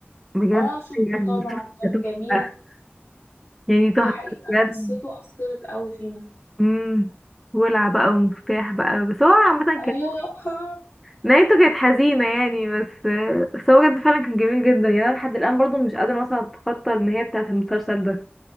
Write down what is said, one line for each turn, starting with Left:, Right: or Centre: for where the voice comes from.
Centre: بجد
Left: اه شفته
Centre: يعني
Left: طبعا كان
Centre: ده
Left: جميل
Centre: تحفة يعني تحفة
Left: دي حقيقه
Centre: بجد
Left: قصته اثرت قوي فينا
Centre: امم ولع بقى ومفتاح بقى بس هو عامة
Left: اه
Centre: كده
Left: <laughs> آه،
Centre: نهايته كانت حزينة يعني بس بس هو بجد فعلا كان جميل جدا يعني أنا لحد الآن برضو مش قادرة مثلا أتخطى النهاية بتاعة المسلسل ده